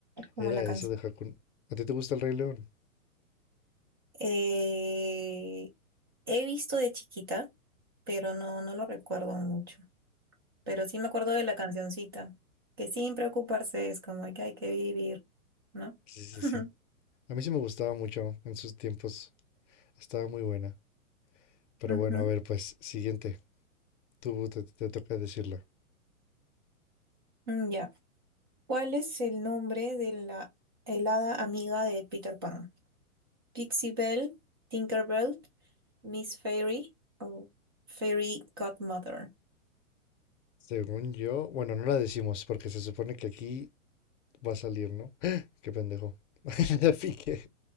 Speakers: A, on the right; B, on the left.
A: Como
B: Era
A: la
B: eso
A: canción.
B: de Hakuna. ¿A ti te gusta el Rey León?
A: Eh, he visto de chiquita, pero no, no lo recuerdo mucho. Pero sí me acuerdo de la cancioncita, que sin preocuparse es como que hay que vivir, ¿no?
B: Sí, sí,
A: <laughs>
B: sí. A mí sí me gustaba mucho en sus tiempos. Estaba muy buena. Pero
A: Ujú.
B: bueno, a ver, pues, siguiente. Tú te, te toca decirla.
A: Mm, Ya. ¿Cuál es el nombre de la helada amiga de Peter Pan? Pixie Belle, Tinkerbell, Miss Fairy o Fairy Godmother.
B: Según yo, bueno, no la decimos porque se supone que aquí va a salir, ¿no? ¡Ah! ¡Qué pendejo! <laughs> Le piqué,